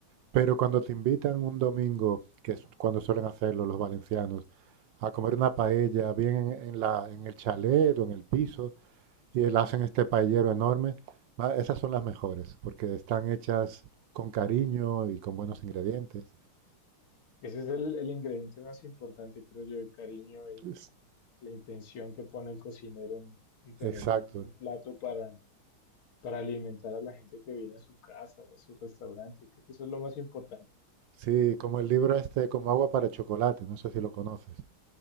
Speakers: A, on the right; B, on the left.
A: Pero cuando te invitan un domingo, que es cuando suelen hacerlo los valencianos, a comer una paella bien en, en la, en el chalet o en el piso, y le hacen este paellero enorme. Va, Esas son las mejores, porque están hechas con cariño y con buenos ingredientes.
B: Ese es el, el ingrediente más importante, creo yo, el cariño y
A: Es-
B: la intención que pone el cocinero en, en tener
A: Exacto.
B: un, un plato para, para alimentar a la gente que viene a su casa o a su restaurante. Creo que eso es lo más importante.
A: Sí, como el libro este, como agua para chocolate, no sé si lo conoces.